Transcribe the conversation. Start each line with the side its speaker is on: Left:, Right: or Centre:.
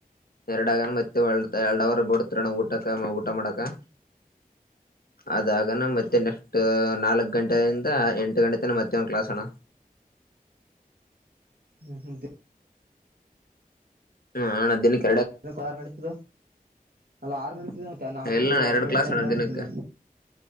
Left: ಎರಡಗನ್ ಮತ್ತೆ ಒಳ್ತ ಎರಡವರ ಬಿಡ್ತ್ರಣ್ಣ ಊಟಕ್ಕ ಊಟ ಮಾಡಕ್ಕ ಅದಾಗನ ಮತ್ತೆ ನೆಕ್ಸ್ಟ್ ನಾಲ್ಕ್ ಗಂಟೆಯಿಂದ ಎಂಟು ಗಂಟೆ ತನ ಮತ್ತೆ ಒಂದ್ ಕ್ಲಾಸಣ.
Right: ಹ್ಮ್ ಹ್ಮ್ ಬಿ
Left: ಹ್ಮ ಹ ಅಣ ದಿನಕ್
Right: ಆರು ನಡತದ ಅಲ್ಲ ಆರು ನಡತಿದ ಮತ್ತ ನಾಲ್ಕರಿಂದ
Left: ಇಲ್ಲಣ್ಣ ಎರಡ್
Right: ಎಂಟು ಗಂಟೆ
Left: ಕ್ಲಾಸ್
Right: ತನ
Left: ಅಣ್ಣ ದಿನಕ್ಕೆ
Right: ತುಂಬ